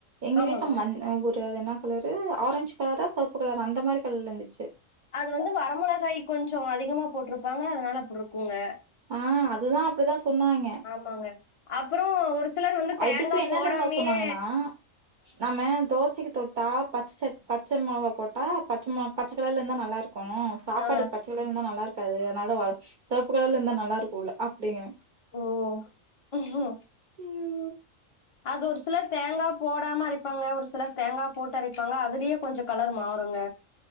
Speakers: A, on the right; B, on the left.
A: எங்க
B: ஆமாங்க
A: வீட்ல மன் அ ஒரு அது என்ன கலர் ஆரஞ்சு கலரா செவப்பு கலரா அந்த மாரி கலர்ல இருந்து
B: அது வந்து வரமுளகாய் கொஞ்சொ அதிகமா போட்டுருப்பாங்க அதனால அப்டுருக்குங்க
A: ஆ அதுதா அப்டிதா சொன்னாங்க
B: ஆமாங்க அப்றோ ஒரு சிலர் வந்து
A: அதுக்கு
B: தேங்காப்
A: என்ன
B: போடாமியே
A: தெரிமா சொன்னாங்கன்னா நம்ம தோசைக்கு தொட் டா பச்ச சட் பச்ச மொளகா போட்டா பச்ச ம பச்சக் கலர்ல இருந்தா நல்லாருக்கு சாப்பாடுக்கு
B: ஆ
A: பச்ச கலர் ல இருந்தா நல்லாருக்காது அதனால வர செவப்பு கலர்லா இருந்தா நல்லாருக்கு உள்ள அப்டிங்குறாங்
B: ஓ ஒஹோ
A: ஐயோ!
B: அது ஒரு சிலர் தேங்கா போடாம அரைப்பாங்க ஒரு சிலர் தேங்கா போட்டு அரைப்பாங்க அதுலயே கொஞ்சொ கலர் மாறுங்க